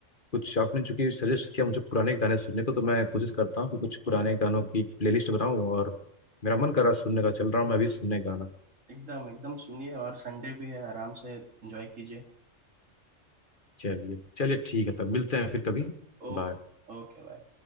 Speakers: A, on the left (about 40°); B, on the right (about 80°).
A: कुछ आपने चूंकि सजेस्ट किया मुझे पुराने गाने सुनने को तो मैं कोशिश करता हूँ कि कुछ पुराने गानों की प्लेलिस्ट बनाऊं और मेरा मन कर रहा है सुनने का चल रहा हूँ मैं भी सुनने गाना
B: एकदम एकदम सुनिए और संडे भी है आराम से एंजॉय कीजिए
A: चलिए चलिए ठीक है तब मिलते हैं फिर कभी
B: ओ
A: बाय
B: Okay bye